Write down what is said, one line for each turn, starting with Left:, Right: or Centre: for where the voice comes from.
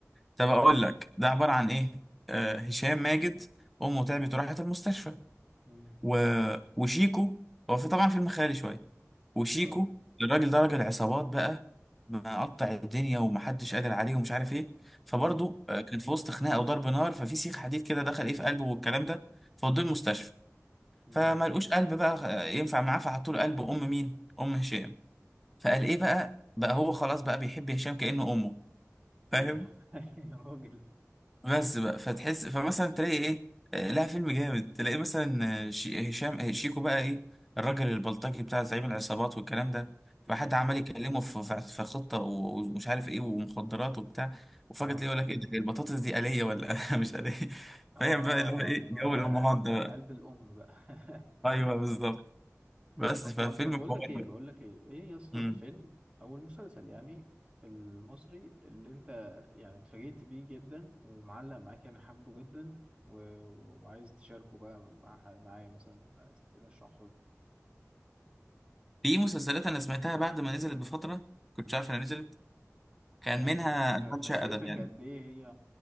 Centre: طب اقول لك ده عباره عن ايه آه هشام ماجد امه تعبت وراحت المستشفى
Right: مم،
Centre: و... وشيكو هو في طبعا فيلم خيالي شويه وشيكو
Right: اه
Centre: الراجل ده راجل عصابات بقى مقطع الدنيا ومحدش قادر عليه ومش عارف ايه فبرضه
Right: اه
Centre: آه، كان في وسط خناقه وضرب نار ففي سيخ حديد كده دخل ايه في قلبه والكلام ده فودوه
Right: مم،
Centre: المستشفى
Right: مم.
Centre: فما لقوش قلب بقى آه، ينفع معاه فحطوا له قلب ام مين ام هشام فقال ايه بقى بقى هو خلاص بقى بيحب هشام كأنه امه
Right: إيه،
Centre: فاهم
Right: <laughs> يا راجل
Centre: بس بقى فتحس فمثلا تلاقي ايه آه، لها فيلم جامد تلاقي مثلا آه، شي- آه، هشام آه، شيكو بقى ايه الراجل البلطجي بتاع زعيم العصابات والكلام ده فحد
Right: مم،
Centre: عمال يكلمه في في- في خطه و- ومش عارف ايه ومخدرات وبتاع وفجاه
Right: اه
Centre: تلاقيه يقول لك ايه ده هي البطاطس دي آلية ولا <laughs> مش آلية
Right: اه
Centre: فاهم بقى اللي هو ايه
Right: اللي
Centre: جو
Right: هو بقى
Centre: الامهات ده
Right: قلب الأم بقى <laughs>
Centre: بقى ايوه بالظبط بس
Right: طب
Centre: ففيلم
Right: طب بقول
Centre: حوار
Right: لك ايه
Centre: بقى
Right: بقول لك ايه ايه يا اسطى
Centre: مم.
Right: الفيلم او المسلسل يعني المصري اللي انت يعني اتفاجئت بيه جدا ومعلق معاك يعني حبه جدا و... و- وعايز تشاركه بقى مع معايا مثلا عايز ترشحه
Centre: في مسلسلات انا سمعتها بعد ما نزلت بفتره كنت عارف انا نزلت كان
Right: يعني
Centre: منها
Right: ف-
Centre: اشغال
Right: فاجأتك
Centre: شقه ده يعني
Right: قد ايه هي